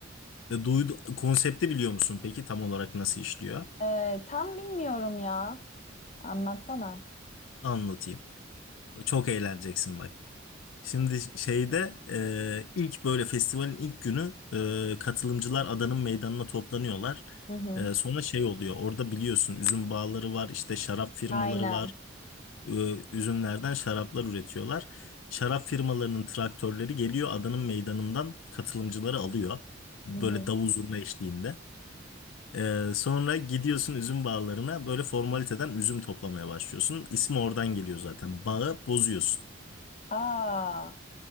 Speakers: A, on the left; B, on the left.
A: Ve duydu, konsepti biliyor musun peki tam olarak nasıl işliyor?
B: Ee, tam bilmiyorum ya. Anlatsana.
A: Anlatayım. Çok eğleneceksin bak. Şimdi şeyde e, ilk böyle festivalin ilk günü e, katılımcılar adanın meydanına toplanıyorlar.
B: Hı hı.
A: E, sonra şey oluyor orada biliyorsun üzüm bağları var işte şarap firmaları
B: Aynen.
A: var. E, üzümlerden şaraplar üretiyorlar. Şarap firmalarının traktörleri geliyor adanın meydanından katılımcıları alıyor. Böyle
B: Hı hı.
A: davul zurna eşliğinde. Ee, sonra gidiyorsun üzüm bağlarına böyle formaliteden üzüm toplamaya başlıyorsun. İsmi oradan geliyor zaten. Bağı bozuyorsun.
B: Aa,